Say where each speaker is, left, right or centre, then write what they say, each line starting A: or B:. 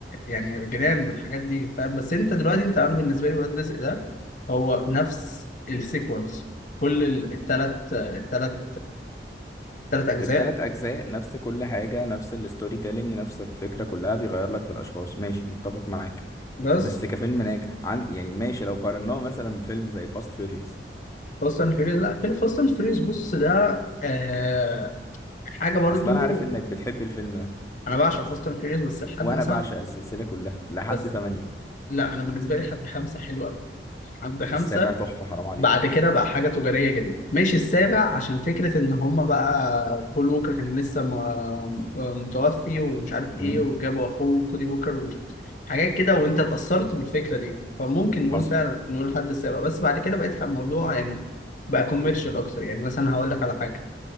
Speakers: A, on the left; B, on the left.
A: يعني جنان بالحاجات دي فاهم بس انت دلوقتي انت انا بالنسبة لي ولاد رزق ده هو نفس السيكونس كل ال- التلات التلات تلات اجزاء
B: التلات اجزاء نفس كل حاجة نفس الستوري تيلينج نفس الفكرة كلها بيغير لك في الاشخاص ماشي متفق معاك
A: بس
B: بس كفيلم ناجح عن يعني ماشي لو قارناه مثلا بفيلم زي فاست فيوريوس
A: فاست اند فيوريوس لا فيلم فاست اند فيوريوس بص ده آه حاجه برضو
B: اصل انا عارف انك بتحب الفيلم ده
A: انا بعشق فاست اند فيوريوس بس لحد
B: وانا
A: مثلا
B: بعشق السلسله كلها لحد
A: بس
B: 8
A: لا انا بالنسبه لي حد خمسه حلو قوي حد خمسه
B: السابع تحفه حرام عليك
A: بعد كده بقى حاجه تجاريه جدا ماشي السابع عشان فكره ان هم بقى بول ووكر كان لسه م- آه، متوفي ومش عارف ايه
B: امم
A: وجابوا اخوه كودي ووكر ومش عارف حاجات كده وانت اتاثرت بالفكره دي فممكن نقول
B: حصل
A: فعلا نقول الحد السابع بس بعد كده بقيت الموضوع يعني بقى كوميرشال اكتر يعني مثلا هقول لك على حاجه